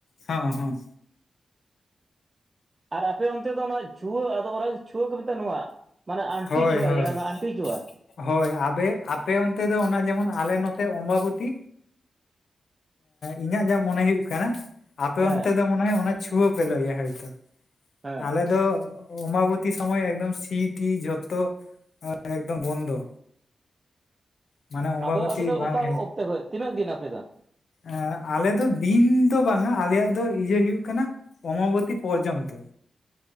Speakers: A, on the left; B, on the right.
A: ᱦᱚᱸ ᱦᱚᱸ
B: ᱟᱨ ᱟᱯᱮ ᱚᱱᱛᱮ ᱫᱚ ᱱᱟ ᱪᱷᱩᱣᱟᱹ ᱟᱫᱚ ᱚᱱᱟ ᱪᱷᱩᱣᱟᱹ ᱠᱚ ᱢᱮᱛᱟᱜᱼᱟ ᱱᱚᱣᱟ ᱢᱟᱱᱮ ᱟᱱᱴᱤ
A: ᱦᱳᱭ
B: ᱪᱷᱩᱣᱟᱹ
A: ᱦᱳᱭ
B: ᱡᱟᱦᱟᱸ ᱟᱱᱴᱤ ᱪᱷᱩᱣᱟ
A: ᱦᱳᱭ ᱟᱵᱮ ᱟᱯᱮ ᱚᱱᱛᱮ ᱫᱚ ᱚᱱᱟ ᱡᱮᱢᱚᱱ ᱟᱞᱮ ᱱᱚᱛᱮ ᱚᱢᱵᱚᱵᱚᱛᱤ ᱤᱧᱟᱹᱜ ᱡᱟ ᱢᱚᱱᱮ ᱦᱩᱭᱩᱜ ᱠᱟᱱᱟ ᱟᱯᱮ
B: ᱦᱮᱸ
A: ᱚᱱᱛᱮ ᱫᱚ ᱢᱚᱱᱮᱦᱚᱭ ᱚᱱᱮ ᱪᱷᱩᱣᱟᱹ ᱯᱮ ᱞᱟᱹᱭᱟ ᱦᱚᱭᱛᱚ
B: ᱦᱮᱸ
A: ᱟᱞᱮ ᱫᱚ ᱚᱢᱵᱟᱵᱚᱛᱤ ᱥᱚᱢᱚᱭ ᱮᱠᱫᱚᱢ ᱥᱤ ᱴᱤ ᱡᱚᱛᱚ ᱮᱜᱫᱚᱢ ᱵᱚᱱᱫᱚ᱾ ᱢᱟᱱᱮ ᱚᱢᱵᱟᱵᱚᱛᱤ
B: ᱟᱫᱚ ᱟᱯᱮ ᱫᱚ
A: ᱵᱟᱝ
B: ᱚᱠᱟ ᱚᱠᱛᱮ ᱠᱷᱚᱡ ᱛᱤᱱᱟᱹᱜ ᱫᱤᱱ ᱟᱯᱮ ᱫᱚ᱾
A: ᱮ ᱟᱞᱮ ᱫᱚ ᱫᱤᱱ ᱫᱚ ᱵᱟᱝ ᱟ ᱟᱞᱮᱭᱟᱜ ᱫᱚ ᱤᱭᱟᱹ ᱦᱩᱭᱩᱜ ᱠᱟᱱᱟ ᱚᱢᱵᱚᱵᱚᱛᱤ ᱯᱚᱨᱡᱚᱱᱛᱚ᱾